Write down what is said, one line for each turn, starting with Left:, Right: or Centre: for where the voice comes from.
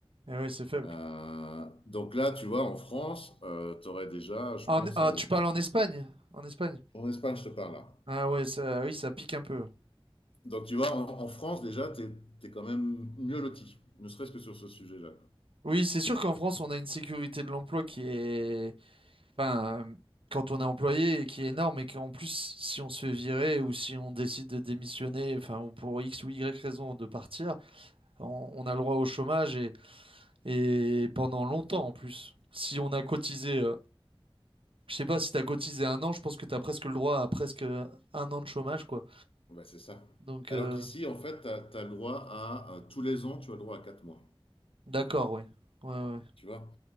Right: Et oui, c'est faible.
Left: Euh, donc là, tu vois, en France, euh, tu aurais déjà, je
Right: Ah,
Left: pense,
Right: en- ah,
Left: à...
Right: tu parles en Espagne? En Espagne?
Left: en Espagne, je te parle là.
Right: Ah ouais, ça, oui, ça pique un peu.
Left: Donc tu vois, en, en France, déjà, tu es, es, quand même mieux loti, ne serait-ce que sur ce sujet-là.
Right: Oui, c'est sûr qu'en France, on a une sécurité de l'emploi qui est... Enfin, euh, quand on est employé, qui est énorme et qu'en plus, si on se fait virer ou si on décide de démissionner, enfin, ou pour X ou Y raison de partir, on, on a le droit au chômage et, et pendant longtemps en plus. Si on a cotisé, euh, je sais pas, si tu as cotisé un an, je pense que tu as presque le droit à presque euh, un an de chômage, quoi.
Left: Bah, c'est ça.
Right: Donc,
Left: Alors
Right: euh,
Left: qu'ici, en fait, tu as, as, le droit à, à, tous les ans, tu as le droit à quatre mois.
Right: d'accord, ouais. Ouais, ouais. ouais.
Left: Tu vois